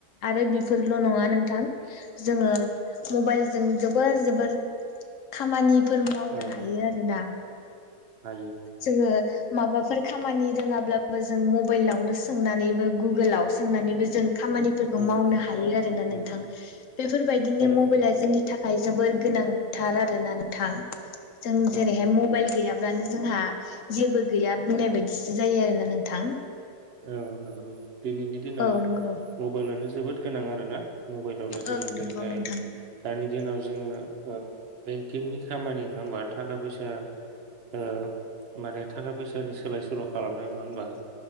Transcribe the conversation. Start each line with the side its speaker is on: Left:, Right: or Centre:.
Left: आरो बिफोरल' नङा नोंथां जोङो मबाइलजों जोबोर जोबोर खामानि फोर मावनो
Right: औ
Left: हायो आरोना।
Right: हायो
Left: जोङो माबाफोर खामानि रोङाब्लाबो जों मबाइलावनो सोंनानैबो गुगोलाव सोंनानैबो जों खामानिफोरखौ
Right: औ
Left: मावनो हायो आरोना नोंथां,
Right: औ
Left: बेफोरबायदिनो
Right: थारैनो
Left: मबाइलआ जोंनि थाखाय जोबोर गोनांथार आरो ना नोंथां। जों
Right: औ
Left: जेरैहाय
Right: नंगौ
Left: मब् गैयाब्लानो जोंहा जेबो गैया बुंनाय बायदिसो जायो आरोना नोंथां।
Right: औ नंगौ दिनैनि दिनाव
Left: औ नंगौ
Right: मबाइलानो जोबोद गोनां आरोना मबाइलावनो जोङो
Left: औ
Right: जेरैहाय
Left: नंगौ नोंथां
Right: दानि दिनाव जोङो ओ बेंकिंनि खामानि नङा होमबा थाखा फैसा ओ माने थाखा फैसानि सोलाय सोल' खालामनाय नङा होमबा?